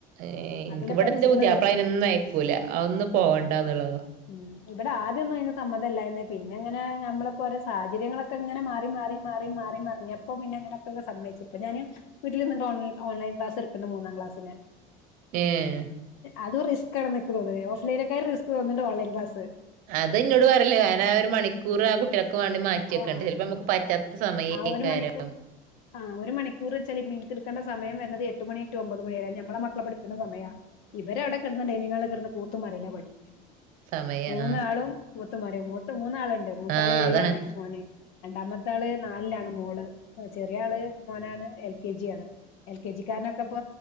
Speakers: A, on the right; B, on the left.
A: എനനിക്ക്ിവിടെ
B: അതിലാ പഠിച്ചിക്കണത്
A: എന്താ പുതി അപ്പ അയിനൊന്നും അയക്കൂല ഒന്നന്ന് പോകണ്ട ഉണ്ടാന്നുള്ളതാ
B: ഉം ഇവിടെ ആദ്യംൊന്നും അതിന് സമ്മതല്ല പിന്നെ ഇങ്ങനെ നമ്മളിപ്പോ ഓരോ സാഹചര്യങ്ങളൊക്കെ ഇങ്ങനെ മാറി മാറി മാറി മാറി മറിഞ്ഞപ്പോ പിന്നെങ്ങനെ സമ്മയിച്ച ഇപ്പ ഞാന് വീട്ടിൽിഓ ഓൺലൻ ക്ലാസ് എക്കണ്ട് മൂന്നാം ക്ലാസിന്
A: ആഹ
B: അത് റിസ്ക്കാ ണ് നിക്ക് തോന്നുന്നത് ഓഫ്ലൈനക്കാര്റിസ് തോന്നുന്നുണ്ട് ഓലൈൻ ക്ലസ്
A: അത് ഇന്നോട് പറയല്ലേ ഞൻ ആ ഒരു മണിക്കൂർ ആ കുട്ടികൾക്ക് വേണ്ടി മാറ്റി വെക്കണ്ടെ
B: ആഹ്
A: ചിലപ്പോ നമുക്ക് പറ്റാത്ത സമയ
B: ആ
A: അക്കാരം
B: ഒരു മണി ആ ഒരു മണിക്കൂർ വെച്ചാൽ നിക്ക് എടുക്കണ്ട സമയം വരുന്നത് എട്ട് മണി ടു ഒമ്പത് മണിയ ഞമ്മുടെ മക്കളെ പഠപ്പിക്ക സമയം ഇവരവിടെ ിന കി കൂത്തമാരല്ല പടി
A: സമയം
B: മൂന്നാളും
A: ആ
B: കൂത്തമാ മൂ <unintelligible> മൂന്നാളുണ്ട് മൂത്താള്
A: ആ
B: ഏഴിലാണ്
A: അതാണ്
B: മോന് രണ്ടാമത്തെ ആള് നാലിലാണ് മോള് ചെറിയ ആള് മോനാണ് എൽ കെ ജി ആണ് എൽ കെ ജി കാരനൊക്കെ ഇപ്പ